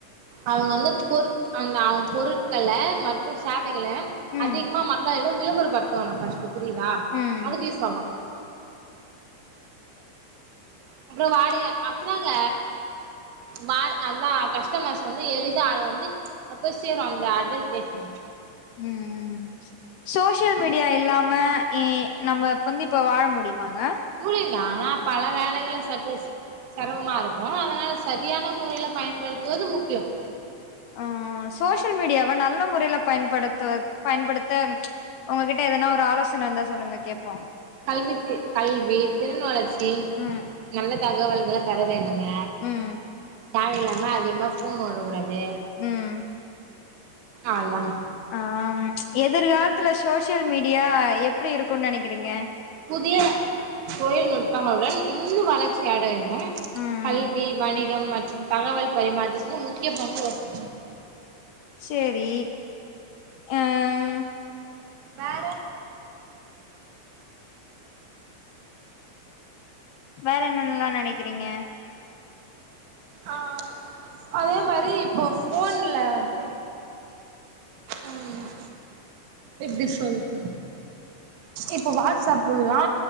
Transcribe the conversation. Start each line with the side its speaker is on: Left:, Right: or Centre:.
Right: அவங்க வந்து பொருட் அந்த அவங்க பொருட்கள மத் த சேவைகள
Left: ம்
Right: அதிகமா மக்களிடம் விளம்பரப்படுத்துவாங்க ஃபஸ்ட்டு புரியுதா
Left: ம்
Right: அதுக்கு யூஸ் ஆகு அப்புறோ வாடி அப்பதாங்க வா அதா கஷ் டமர்ஸ் வந்து எளிதா ஆள் வந்து அப்ப சேரு அந்த அட்வடேஸ்மெண்
Left: ம் சோசியல் மீடியா இல்லாம இ நம்ம இப்ப வந்து வாழ முடியுமாங்க
Right: புரில ஆனா பல வேலகள சஜஸ் செரம்மா இருக்கு அதனால சரியான முறைல பயன்படுத்துவது முக்கியம்
Left: ஆ சோசியல் மீடியாவ நல்ல முறைல பயன்படுத்துவ பயன்படுத்த உங்ககிட்ட எதனா ஒரு ஆலோசன இர்ந்தா சொல்லுங்க கேப்போ
Right: கல்வித்து கல் ல் வீட்டின் வளர்ச்சியின்
Left: ம்
Right: நல்ல தகவல்கள பெற வேணுங்க
Left: ம்
Right: தேவயில்லாம அதிகமா ஃபோன் நொண்ட குடாது
Left: ம்
Right: அவ்ள் தாங்க
Left: ஆ எதிர்காலத்துல சோசியல் மீடியா எப்பிடி இருக்குன் நெனைக்கறீங்க
Right: புதிய தொழில் நுட்பங்களுடன் இன்னு வளர்ச்சி அடயும்
Left: ம்
Right: கல்வி
Left: ம்
Right: வணிகம் மற்றும் தகவல் பரிமாற்றத்துக்கு முக்கிய பங்கு வசிக்
Left: செரி ஆ ம்
Right: வேற
Left: வேற என்னென்ல்லா நெனைக்கிறீங்க
Right: ஆ அதே மாரி இப்போ ஃபோன்ல வந்து ம் எப்டி சொல்றது இப்ப வாட்ஸ்அப்புல்லா